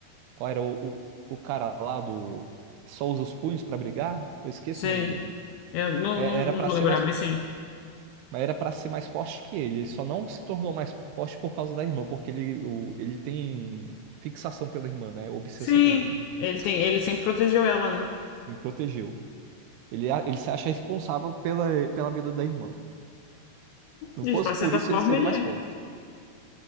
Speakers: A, on the right; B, on the left.
A: Qual era o, o... o cara lá do. que só usa os punhos pra brigar? Eu esqueço
B: Sim.
A: o nome dele.
B: Eu não,
A: É,
B: não,
A: Era
B: não
A: pra
B: vou
A: ser
B: lembrar,
A: mais,
B: mas sim.
A: era para ser mais forte que ele. Ele só não se tornou mais forte por causa da irmã, porque ele, o, ele tem fixação pela irmã, né? Obsessão
B: Sim.
A: pela irmã.
B: Ele tem, ele sempre protegeu ela, né?
A: Ele protegeu. Ele, a- ele se acha responsável pela, pela vida da irmã. Não
B: De
A: fosse por
B: certa
A: isso,
B: forma,
A: ele seria
B: ele
A: mais
B: é.
A: forte.